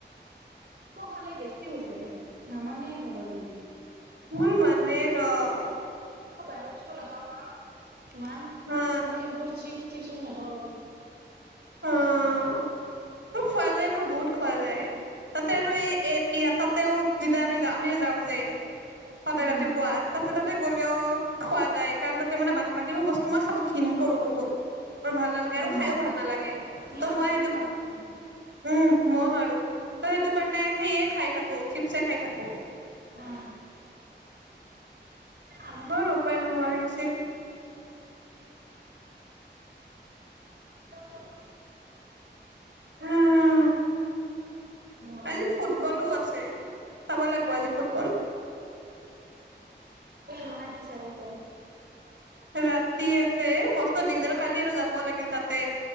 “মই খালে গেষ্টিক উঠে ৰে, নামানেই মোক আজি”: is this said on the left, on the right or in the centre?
Right